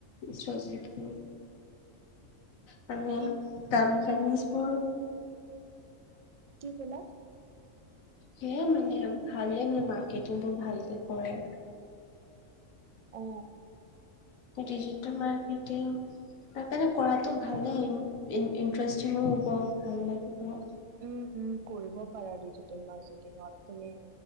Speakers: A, on the left (about 90°); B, on the right (about 70°).
A: সাজিকি মানে
B: কি
A: কম্পানীজ
B: কি
A: বোৰ
B: কি ক'লা?
A: সেয়া মানে ভালে মে মাৰ্কেটিং বোৰ ভালকে কৰে।
B: অ।
A: ডিজিটেল মাৰ্কেটিং তাৰ কাৰণে কৰাতো ভালেই ইণ ইণ্টাৰেষ্টিঙো হব ভাল লাগিব।
B: উম উম কৰিব পাৰা ডিজিটেল মাৰ্কেটিঙত তুমি